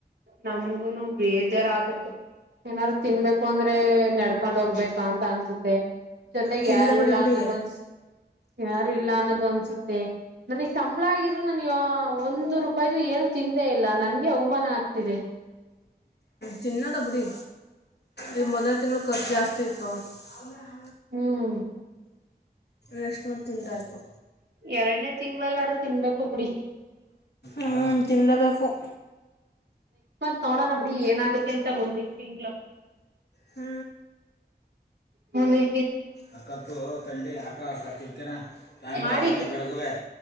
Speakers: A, on the right; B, on the left.
A: ನಮ್ಗುನು ಬೇಜಾರಾಗುತ್ತೆ ಏನಾರರು ತಿನ್ಬೇಕು ಅಂದ್ರೆ ನಡ್ಕೊಂಡ್ ಹೋಗ್ಬೇಕಾ ಅಂತ ಅನ್ಸುತ್ತೆ ಜೊತೆಗೆ
B: ತಿನ್ನಲೇಬೇಡಿ
A: ಯಾರು ಇಲ್ಲ
B: ಬಿಡಿ
A: ಅನ್ನೋದ ಅನ್ಸ ಯಾರು ಇಲ್ಲ ಅನ್ನೋದು ಅನ್ಸುತ್ತೆ ನನಗ್ ಸಂಬಳ ಆಗಿದ್ರು ನನ್ ಯ ಒಂದ ರೂಪಾಯ್ದು ಏನು ತಿಂದೇ ಇಲ್ಲ ನನ್ಗೆ ಅವಮಾನ ಆಗ್ತಿದೆ
B: ಚಿನ್ನ ಬ್ಬಡಿ ಈ ಮೊದನೇ ತಿಂಗ್ಳ ಖರ್ಚು ಜಾಸ್ತಿ ಇತ್ತು ಹೌದ
A: ಹ್ಮ್
B: ನೆಕ್ಸ್ಟ್ ಮತ್ತುೆ ತಿಂದಾಯಯ್ತು
A: ಎರಡನೇ ತಿಂಗಳಲ್ಲಾರು ತಿನ್ಬೇಕು ಬಿಡಿ
B: ಹ ತಿಿಂದಲ್ಲ ಬೆ ಕೋಗ
A: ಸೋಣೋನ ಬಿಡಿ ಏನಾಗುತ್ತೆ ಅಂತ ಮುಂದಿನ ತಿಂಗಗಳು
B: ಹ್ಮ
A: ಹಲಿ
B: ಅಕ್ಕತ್ತು ತಂಡಿ ಅಕ್ಕ ತಿರ್ತರ ್ಯಾಮ್ರಕತ್ತೆ
A: ಮಾಡಿ
B: ಬೆಳಗುವ